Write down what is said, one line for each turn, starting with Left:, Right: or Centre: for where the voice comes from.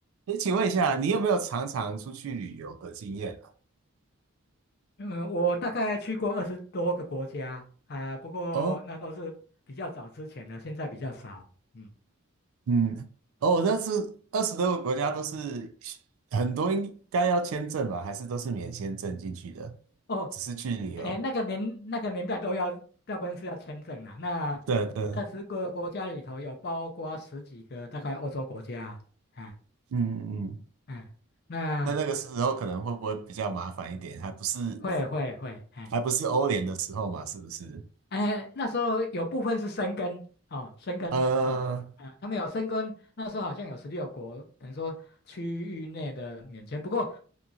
Right: 诶，请问一下，你有没有常常出去旅游的经验啊？
Left: 嗯，我大概去过二十多个国家啊，不过那都是比较早之前的，
Right: 哦，
Left: 现在比较少。嗯，
Right: 嗯，哦，那是二十多个国家都是很多应该要签证吧？还是都是免签证进去的？
Left: 哦，
Right: 只是去旅游？
Left: 哎，那个年那个年代都要，大部分是要签证啦。那二十个国家里头有包括十几个大概欧洲国家，
Right: 对对，嗯
Left: 哎
Right: 嗯嗯。
Left: 嗯，那
Right: 那那个时候可能会不会比较麻烦一点？还不是
Left: 会会会，哎
Right: 还不是欧联的时候嘛？是不是？
Left: 哎，那时候有部分是申根哦，申根啊啊，
Right: 呃，
Left: 他们有申根，那时候好像有十六国，等于说区域内的免签，不过。